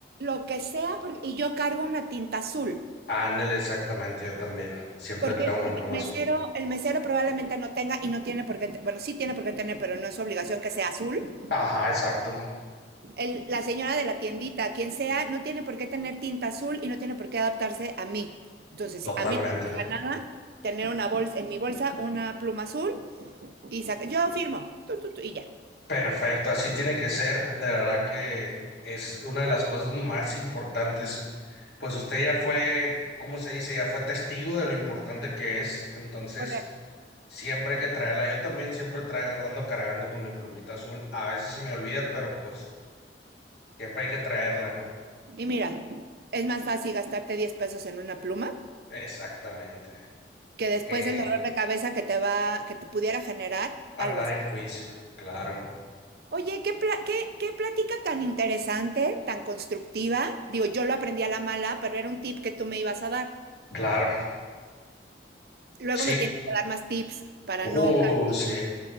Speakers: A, on the right; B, on the left.
A: lo que sea, por- y yo cargo una tinta azul,
B: Ándele, exactamente, yo también. Siempre
A: porque
B: traigo mi
A: el
B: pluma
A: mesero,
B: azul.
A: el mesero probablemente no tenga y no tiene por qué, te- bueno, sí tiene por qué tener, pero no es obligación que sea azul.
B: Ajá, exacto.
A: El- la señora de la tiendita, quien sea, no tiene por qué tener tinta azul y no tiene por qué adaptarse a mí. Entonces, si
B: Totalmente.
A: a mí no me pasa nada tener una bolsa, en mi bolsa una pluma azul y saca, yo firmo, tu, tu, tu, y ya.
B: Perfecto, así tiene que ser. De verdad que es una de las cosas más importantes. Pues usted ya fue, ¿cómo se dice? Ya fue testigo de lo importante que es. Entonces,
A: Correcto.
B: siempre hay que traerla. Yo también siempre traigo, ando cargando con mi plumita azul. A veces se me olvida, pero pues siempre hay que traerla, ¿no?
A: Y mira, es más fácil gastarte 10 pesos en una pluma
B: Exactamente.
A: que después
B: Eh,
A: el dolor de cabeza que te va, que te pudiera generar,
B: andar
A: algo así.
B: en juicio, claro,
A: Oye, ¿qué, pla- qué, qué plática tan interesante, tan constructiva. Digo, yo lo aprendí a la mala, pero era un tip que tú me ibas a dar.
B: claro.
A: Luego
B: Sí.
A: me tienes que dar más tips para
B: Uh,
A: no.
B: sí.